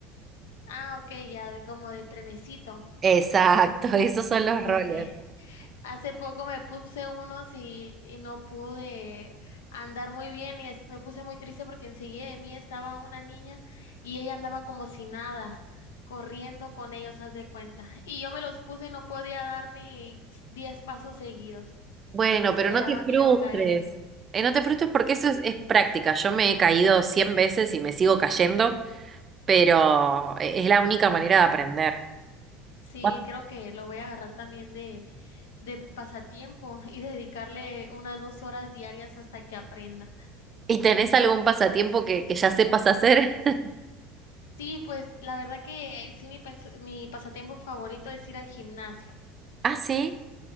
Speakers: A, on the left; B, on the right.
A: Ah, ok, ya de- como de trenecito.
B: Exacto, <laughs> esos son los
A: Ok.
B: rollers.
A: <laughs> Hace poco me puse unos y, y no pude andar muy bien y es- me puse muy triste porque enseguida de mí estaba una niña y ella andaba como si nada, corriendo con ellos, haz de cuenta. <laughs> Y yo me los puse y no podía dar ni diez pasos seguidos.
B: Bueno, pero
A: Me
B: no
A: daba
B: te
A: miedo
B: frustres.
A: caerme.
B: Eh, no te frustres porque eso es, es práctica. Yo me he caído 100 veces y me sigo cayendo, pero e- es la única manera de aprender.
A: Sí,
B: Ah.
A: creo que lo voy a agarrar también de, de pasatiempo y dedicarle unas dos horas diarias hasta que aprenda.
B: ¿Y tenés algún pasatiempo que, que ya sepas hacer? <laughs>
A: Sí, pues la verdad que sí, mi, pens- mi pasatiempo favorito es ir al gimnasio.
B: Ah, sí.